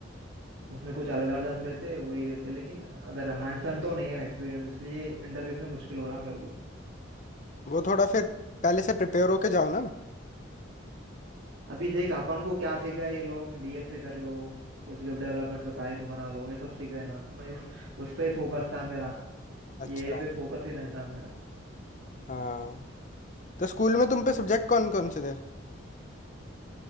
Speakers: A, on the right; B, on the left.
A: उसमें कुछ अलग अर्धम्स रहते हैं वही रहते हैं। लेकिन अगर हैंड्स ऑन तो नहीं है ना एक्सपीरियंस इसलिए इंटरव्यूज में मुश्किल हो रहा मेरे को
B: वो थोड़ा फिर पहले से प्रिपेयर होके जाओ ना
A: अभी देख अपन को क्या सीखा है ये लोग डीएसए कर लो कुछ वेब डेवलपमेंट के प्रोजेक्ट बना लो ये सब सीखा है ना मैं <laughs> उस उस पे ही फोकस था मेरा
B: अच्छा
A: ये पे फोकस ही नहीं था मेरा
B: हाँ तो स्कूल में तुम पे सब्जेक्ट कौन कौन से थे